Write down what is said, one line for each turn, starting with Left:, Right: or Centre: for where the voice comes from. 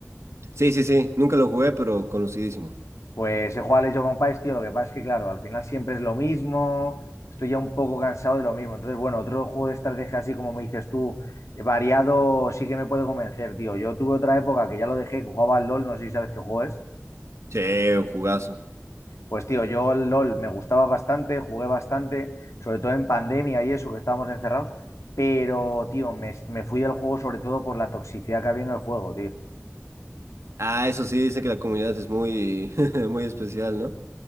Right: Sí, sí, sí, nunca lo jugué, pero conocidísimo.
Left: Pues he jugado al Age of Empires, tío. Lo que pasa es que, claro, al final siempre es lo mismo. Estoy ya un poco cansado de lo mismo. Entonces, bueno, otro juego de estrategia así como me dices tú, eh, variado, sí que me puede convencer, tío. Yo tuve otra época que ya lo dejé, que jugaba al LOL, no sé si sabes qué juego es.
Right: Sí, un jugazo.
Left: Pues tío, yo el LOL me gustaba bastante, jugué bastante, sobre todo en pandemia y eso, que estábamos encerrados, pero tío, me, me fui del juego sobre todo por la toxicidad que había en el juego, tío.
Right: Ah, eso sí, dice que la comunidad es muy, <laughs> muy especial, ¿no?